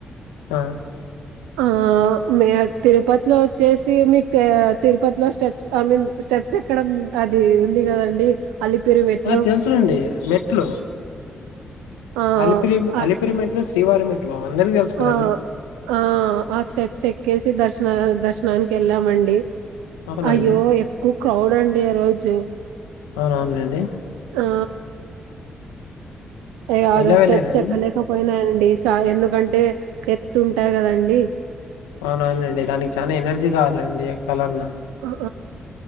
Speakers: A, on the left; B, on the right.
A: ఆ
B: ఆ మే తిరుపతిలో వచ్చేసి మీకు తిరుపతిలో స్టెప్స్ ఐ మీన్ స్టెప్స్ ఎక్కడం అది ఉంది గదండి అలిపిరు మెట్లు
A: ఆ తెలుసునండి మెట్లు
B: ఆ!
A: అలిపిరి
B: అది
A: అలిపిరి మెట్లు శ్రీవారి మెట్లు అందరికి తెలుసు కదండి
B: ఆ ఆ ఆ స్టెప్స్ ఎక్కేసి దర్శన దర్శ నానికి యెళ్ళా మండి
A: అవునండి
B: అయ్యో ఎక్కువ క్రౌడ్ అండి ఆ రోజు
A: అవునవునండి
B: ఆ ఏ
A: ఎలా
B: స్టెప్స్
A: వెళ్ళారండి
B: ఎక్కలేకపోయినా అండి చా ఎందుకంటే ఎత్తుంటాయి కదండి
A: అవునా అండి దానికి చానా ఎనర్జీ కావాలండి యెక్కాళ్ళన్నా
B: ఆ